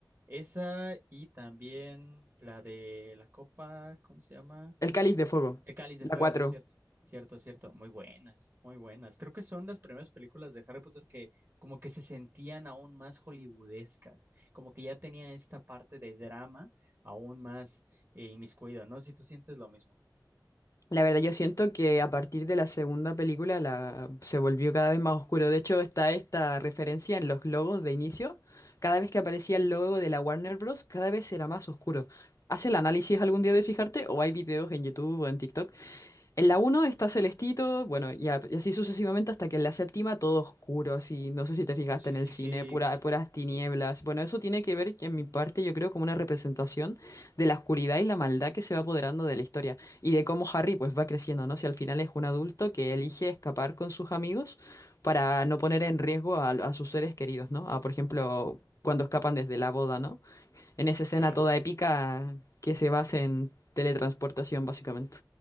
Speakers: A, on the right; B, on the left.
A: Esa y también la de la copa, ¿cómo se llama?
B: El Cáliz de Fuego,
A: El Cáliz
B: la
A: de Fuego,
B: 4.
A: cierto, cierto, cierto. Muy buenas, muy buenas. Creo que son las primeras películas de Harry Potter que como que se sentían aún más hollywoodescas, como que ya tenía esta parte de drama aún más eh, inmiscuido, ¿no? Si tú sientes lo mismo.
B: La verdad, yo siento que a partir de la segunda película la, se volvió cada vez más oscuro. De hecho, está esta referencia en los logos de inicio. Cada vez que aparecía el logo de la Warner Bros., cada vez era más oscuro. ¿Haz el análisis algún día de fijarte? ¿O hay videos en YouTube o en TikTok? En la uno está Celestito, bueno, y, a- y así sucesivamente hasta que en la séptima todo oscuro, así, no sé si te fijaste
A: Sí,
B: en
A: sí,
B: el cine,
A: sí,
B: pura, puras tinieblas. Bueno, eso tiene que ver, que en mi parte, yo creo, como una representación de la oscuridad y la maldad que se va apoderando de la historia y de cómo Harry pues va creciendo, ¿no? Si al final es un adulto que elige escapar con sus amigos para no poner en riesgo a, a sus seres queridos, ¿no? A, por ejemplo, cuando escapan desde la boda, ¿no? En esa escena
A: claro.
B: toda épica que se basa en teletransportación, básicamente.